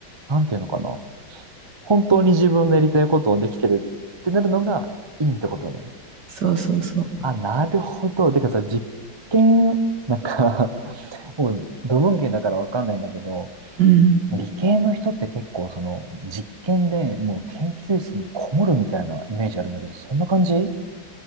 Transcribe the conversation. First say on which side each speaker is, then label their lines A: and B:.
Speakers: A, on the right; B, on the right.
A: なんていうのかな。本当に自分のやりたいことをできてるってなるのがいいってことね。
B: そうそうそう。
A: あ、なるほど。てかさ、実験、なんか <laughs> 僕、土文系だからわかんないんだけど、
B: うん。
A: 理系の人って結構その実験でもう研究室にこもるみたいなイメージあるんだけど、そんな感じ